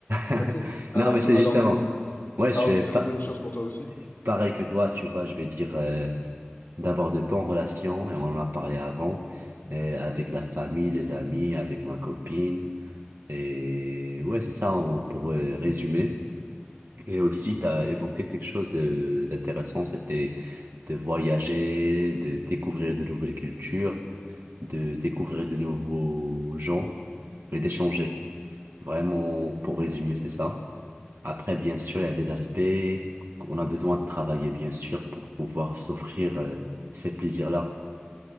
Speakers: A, on the right; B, on the left.
A: <laughs>
B: Ok. Alors
A: Non, mais
B: toi,
A: c'est justement.
B: alors toi aussi-
A: Ouais,
B: alors
A: je suis
B: tu dirais
A: pas
B: la même chose pour toi aussi?
A: pareil que toi, tu vois, je vais dire euh, d'avoir de bonnes relations, et on en a parlé avant, euh, avec la famille, les amis, avec ma copine. Et ouais, c'est ça en- pour euh, résumer. Et aussi, tu as évoqué quelque chose de d'intéressant, c'était de voyager, de découvrir de nouvelles cultures, de découvrir de nouveaux gens, mais d'échanger. Vraiment, pour résumer, c'est ça. Après, bien sûr, il y a des aspects qu'on a besoin de travailler, bien sûr, pour pouvoir s'offrir euh, ces plaisirs-là.